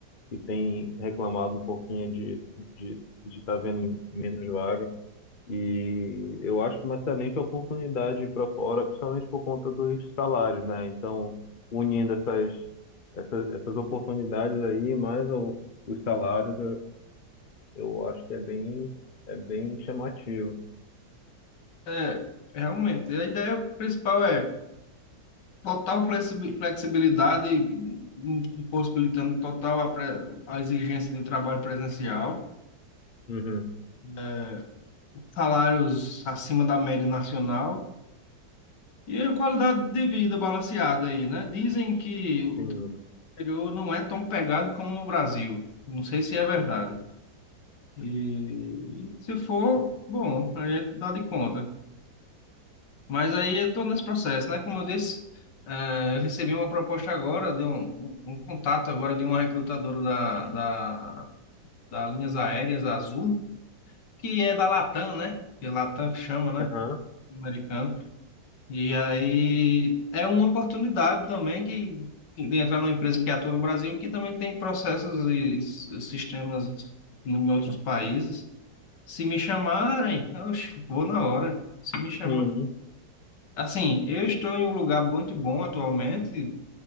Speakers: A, on the left; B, on the left.
A: que têm reclamado um pouquinho de de de estar vendo menos vaga. E eu acho uma excelente oportunidade para fora, principalmente por conta dos salários, né? Então, unindo essas, essas, essas oportunidades aí, mais o- os salários, eu, eu acho que é bem, é bem chamativo.
B: É, realmente. A ideia principal é total flexi- flexibilidade, em- em- possibilitando total a, pre- a exigência de trabalho presencial,
A: Uhum,
B: né? salários acima da média nacional e a qualidade de vida balanceada aí, né? Dizem que o
A: sim.
B: exterior não é tão pegado como no Brasil. Não sei se é verdade. E, e se for, bom, a gente dá de conta. Mas aí eu tô nesse processo, né? Como eu disse, eh, eu recebi uma proposta agora, de um, um um contato agora de uma recrutadora da, da, da Linhas Aéreas Azul, que é da Latam, né? Que é Latam que chama, né?
A: Aham.
B: Americano. E aí é uma oportunidade também que, que de entrar numa empresa que atua no Brasil, que também tem processos e s- sistemas em outros países. Se me chamarem, eu vou na hora. Se me chamarem
A: Uhum,
B: Assim, eu estou em um lugar muito bom atualmente,